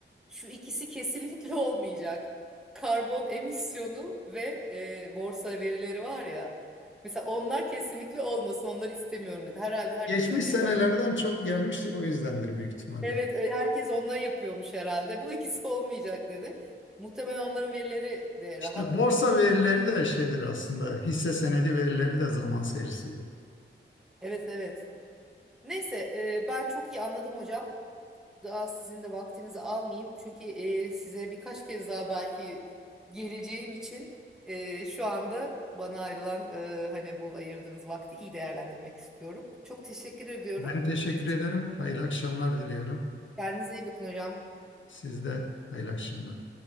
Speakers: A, in the centre; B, on the left (about 70°).
A: Şu ikisi kesinlikle <laughs> olmayacak. Karbon emisyonu ve e, borsa verileri var ya. Mesela onlar kesinlikle olmasın. Onları istemiyorum dedi. Herhalde herkes
B: Geçmiş
A: ödevde
B: senelerden
A: onları
B: çok gelmiştir o yüzdendir büyük ihtimalle.
A: Evet, e, herkes ondan yapıyormuş herhalde. Bu ikisi <laughs> olmayacak dedi. Muhtemelen onların verileri de
B: İşte
A: rahat
B: borsa
A: bulunuyordu.
B: verileri de şeydir aslında. Hisse senedi verileri de zaman serisidir.
A: Evet, evet. Neyse, e, ben çok iyi anladım hocam. Daha sizin de vaktinizi almayayım. Çünkü e, size birkaç kez daha belki geleceğim için e, şu anda bana ayrılan e, hani bu ayırdığınız vakti iyi değerlendirmek istiyorum. Çok teşekkür ediyorum.
B: Ben teşekkür ederim.
A: Çok-
B: Hayırlı akşamlar diliyorum.
A: Kendinize iyi bakın hocam.
B: Siz de hayırlı akşamlar.